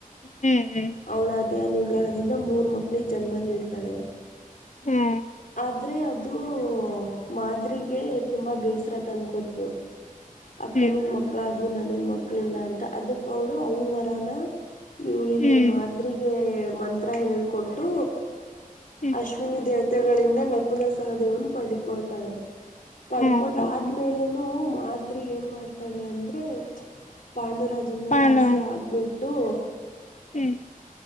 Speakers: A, on the left; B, on the left.
A: ಹ್ಮ್ ಹ್ಮ್
B: ಅವಳ ಅದೇ ಅನುಗ್ರಹದಿಂದ ಮೂರ್ ಮಕ್ಕಳ ಪ್ಲೀ ಜನ್ಮ ನೀಡ್ತಾಳೆ
A: ಹ್ಮ್
B: ಆದ್ರೆ ಅದು ಮಾದ್ರರಿಗೆ ತುಂಬಾ ಬೇಸರ ತಂದಕೊಡ್ತು ಅಕ್ಕನಿಗ್
A: ಹ್ಮ್
B: ಮಕ್ಳ ಅದು ನನಗ್ ಮಕ್ಳ ಇಲ್ಲ ಅಂತ ಅದಕ್ಕ ಅವಳು ಅವಳ ವರಾನ ಇಳಿಗೆ
A: ಹ್ಮ್
B: ಮಾದ್ರಿಗೆ ಮ ಮಂತ್ರ ಹೇಕೊಟ್ಟು
A: ಹ್ಮ್ ಹ್ಮ್
B: ಅಶ್ವಿನಿ ದೇವತೆಗಳಿಂದ ನ ನಕುಲ ಸಹದೇವನ್ ಪಡ್ಕೊಳ್ತಾಳೆ ಪಡ್ಕೊಂಡ್
A: ಹೌದೌದು
B: ಆದ್ಮೇಲನು ಮಾ ಏನ್ ಮಾಡ್ತಾಳೆ ಅಂದ್ರೆ ಪಾಂಡುರಾಜನ ಮೇಲೆ
A: ಪಾಂಡವ
B: ಆಸೆ ಆಗ್ಬಿಟ್ಟು
A: ಹ್ಮ್